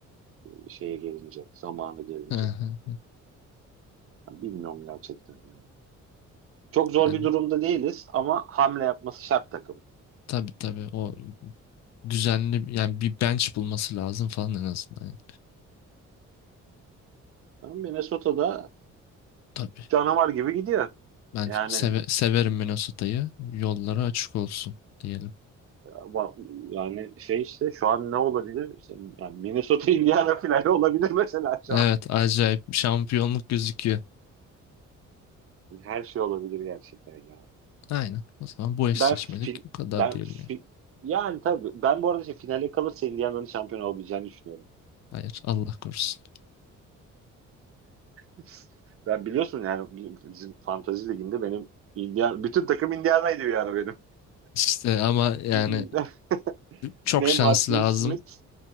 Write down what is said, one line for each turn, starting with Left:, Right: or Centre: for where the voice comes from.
Right: e, şeye gelince, zamanı gelince.
Left: Hı hı.
Right: Yani bilmiyorum gerçekten. Yani. Çok zor
Left: Yani
Right: bir
Left: o,
Right: durumda değiliz ama hamle yapması şart takım.
Left: tabii tabii o düzenli yani bir bench bulması lazım falan en azından. Yani.
Right: Ama Minnesota'da
Left: Tabii.
Right: canavar gibi gidiyor.
Left: Ben
Right: Yani
Left: seve- severim Minnesota'yı. Yolları açık olsun diyelim.
Right: Ama Yani şey işte şu an ne olabilir? İşte yani Minnesota Indiana finali olabilir mesela şu
Left: Evet
Right: an.
Left: acayip bir şampiyonluk gözüküyor.
Right: Her şey olabilir gerçekten ya.
Left: Aynen. O zaman bu eşleşmelik
Right: Ben fin,
Left: bu kadar
Right: ben
Left: diyelim
Right: fin-
Left: ya.
Right: yani tabii ben bu arada şey, finale kalırsa Indiana'nın şampiyon olabileceğini düşünüyorum.
Left: Hayır Allah korusun.
Right: <laughs> Ben biliyorsun yani bi- bizim Fantasy Ligi'nde benim Indiana, bütün takım Indiana'ydı bir ara benim.
Left: İşte ama yani
Right: <laughs>
Left: çok
Right: Nembhard,
Left: şans lazım.
Right: Neil Smith,